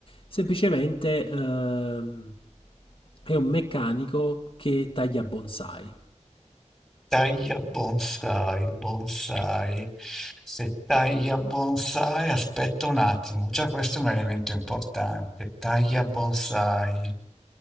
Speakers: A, on the left; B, in the centre.
A: semplicemente ehm, è un meccanico che taglia bonsai.
B: Taglia bonsai, bonsai. Se taglia bonsai, aspetta un attimo, già questo è un elemento importante. Taglia bonsai,